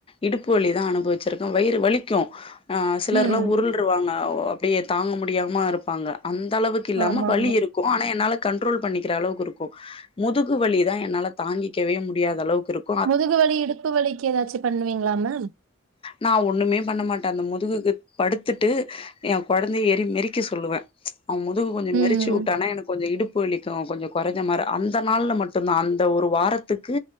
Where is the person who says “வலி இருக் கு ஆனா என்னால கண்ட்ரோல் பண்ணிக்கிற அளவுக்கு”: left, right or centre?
Left